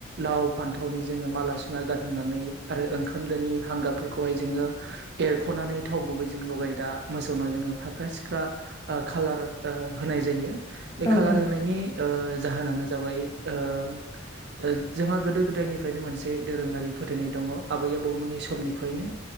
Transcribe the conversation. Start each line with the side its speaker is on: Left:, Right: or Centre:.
Right: लाव फान्थावनि जोङो माला सुनानै गारनानै आरो ओंखाम दोनि हांगारफोरखौहाय जोङो एरखनानै थाव गुबै जों लगा दा मोसौनाव जोङो फाख्रा सिख्रा ओ खाालार ओ होनाय जायो बे
Left: औ
Right: खालार
Left: नंगौ
Right: होनायनि
Left: नोंथां
Right: ओ जाहोनानो जाबाय ओ ओ जोंहा गोदो गोदायनिफ्रायनो मोनसे दोरोङारि फोथायनाय दङ आबै आबौमोननि समनिफ्रायनो